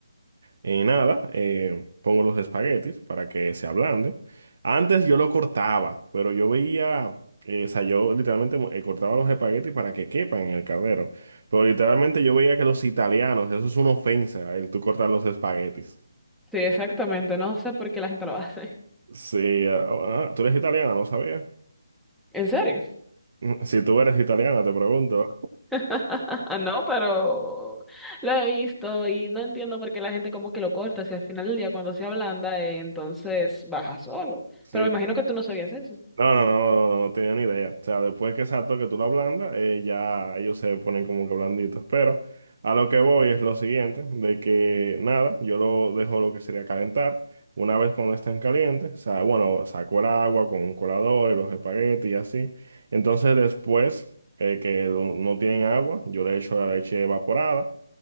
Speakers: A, on the right; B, in the centre.
A: eh, nada, eh, pongo los espaguetis para que se ablanden. Antes yo lo cortaba, pero yo veía... eh, o sea, yo literalmente eh, cortaba los espaguetis para que quepan en el caldero. Pero literalmente yo veía que los italianos, eso es una ofensa, el tú cortar los espaguetis.
B: Sí, exactamente. No sé por qué la gente lo hace.
A: Sí, ah, ah, tú eres italiana, no sabía.
B: ¿En serio?
A: <laughs> Si tú eres italiana, te pregunto.
B: <laughs> No, pero lo he visto y no entiendo por qué la gente como que lo corta. Si al final del día cuando se ablanda, eh, entonces baja solo.
A: Sí.
B: Pero me imagino que tú no sabías eso.
A: No, no, no, no, no no tenía ni idea. O sea, después que exacto que tú lo ablandas, eh, ya ellos se ponen como que blanditos. Pero a lo que voy es lo siguiente, de que nada, yo lo dejo lo que sería calentar. Una vez cuando estén calientes, o sea, bueno, saco el agua con un colador y los espaguetis y así. Entonces después eh, que no no tienen agua, yo le echo la leche evaporada.